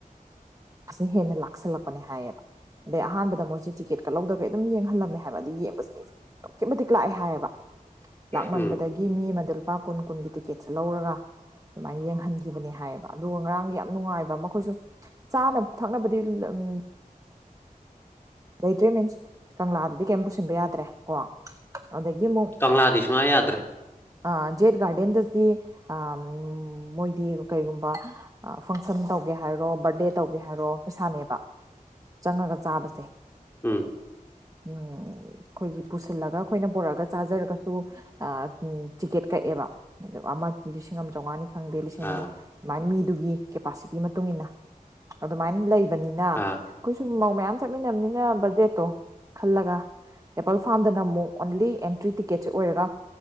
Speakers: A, on the right; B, on the left.
A: ꯑꯁꯤ ꯍꯦꯟꯅ ꯂꯥꯛꯁꯜꯂꯛꯄꯅꯦ ꯍꯥꯏꯌꯦꯕ ꯑꯗꯩ ꯑꯍꯥꯟꯕꯗ ꯃꯣꯏꯁꯦ ꯇꯤꯀꯦꯠꯀ ꯂꯧꯗꯒꯩ ꯑꯗꯨꯝ ꯌꯦꯡꯍꯜꯂꯝꯃꯦ ꯍꯥꯏꯕ ꯑꯗꯨ ꯌꯦꯡꯕꯁꯦ ꯃꯤꯁꯦ ꯑꯗꯨꯛꯀꯤ ꯃꯇꯤꯛ ꯂꯥꯛꯑꯦ ꯍꯥꯏꯌꯦꯕ ꯂꯥꯛꯃꯟꯕꯗꯒꯤ
B: ꯎꯝ
A: ꯒꯤ ꯃꯤ ꯑꯃꯗ ꯂꯨꯄꯥ ꯀꯨꯟ ꯀꯨꯟꯒꯤ ꯇꯤꯛꯀꯦꯠꯁꯦ ꯂꯧꯔꯒ ꯑꯗꯨꯃꯥꯏꯅ ꯌꯦꯡꯍꯟꯈꯤꯕꯅꯦ ꯍꯥꯏꯌꯦꯕ ꯑꯗꯨꯒ ꯉꯔꯥꯡꯒꯤ ꯌꯥꯝ ꯅꯨꯡꯉꯥꯏꯕ ꯑꯃ ꯑꯈꯣꯏꯁꯨ ꯆꯥꯅꯕ ꯊꯛꯅꯕꯗꯤ ꯂꯝ ꯂꯩꯇ꯭ꯔꯦ ꯃꯤꯟꯁ ꯀꯪꯂꯥꯗꯗꯤ ꯀꯩꯝ ꯄꯨꯁꯤꯟꯕ ꯌꯥꯗ꯭ꯔꯦ ꯀꯣ ꯑꯗꯒꯤ ꯑꯃꯨꯛ
B: ꯀꯪꯂꯥꯥꯗꯤ ꯁꯨꯡꯌꯥ ꯌꯥꯗ꯭ꯔꯦ
A: ꯑ ꯖꯦꯠ ꯒꯥꯔꯗꯦꯟꯗꯗꯤ ꯑ ꯃꯣꯏꯗꯤ ꯀꯩꯒꯨꯝꯕ ꯐꯪꯁꯟ ꯇꯧꯒꯦ ꯍꯥꯏꯔꯣ ꯕ꯭ꯔꯗꯦ ꯇꯧꯒꯦ ꯍꯥꯏꯔꯣ ꯄꯩꯁꯥꯅꯦꯕ ꯆꯪꯉꯒ ꯆꯥꯕꯁꯦ
B: ꯎꯝ
A: ꯎꯝ ꯑꯩꯈꯣꯏꯒꯤ ꯄꯨꯁꯤꯜꯂꯒ ꯑꯩꯈꯣꯏꯅ ꯄꯨꯔꯛꯑꯒ ꯆꯥꯖꯔꯒ ꯁꯨ ꯑ ꯎꯝ ꯇꯤꯀꯦꯠ ꯀꯛꯑꯦꯕ ꯑꯃ ꯂꯤꯁꯤꯡ ꯑꯃ ꯆꯥꯎꯉꯥꯅꯤ ꯈꯪꯗꯦ ꯂꯤꯁꯤꯡ ꯑꯅꯤꯒ
B: ꯑꯥ
A: ꯑꯃꯥꯏꯅ ꯃꯤꯗꯨꯒꯤ ꯀꯦꯄꯥꯁꯤꯇꯤ ꯃꯇꯨꯡꯏꯟꯅ ꯑꯗꯨꯃꯥꯏꯅ ꯂꯩ ꯂꯩꯕꯅꯤꯅ ꯑꯩꯈꯣꯏꯁꯨꯝ
B: ꯑꯥ
A: ꯃꯧ ꯃꯌꯥꯝ ꯆꯠꯃꯤꯟꯅꯕꯅꯤꯅ ꯕꯖꯦꯠꯇꯣ ꯈꯜꯂꯒ ꯑꯦꯄꯜ ꯐꯥꯝꯗꯅ ꯑꯃꯨꯛ ꯑꯣꯟꯂꯤ ꯑꯦꯟꯇ꯭ꯔꯤ ꯇꯤꯀꯦꯠꯁꯦ ꯑꯣꯏꯔꯒ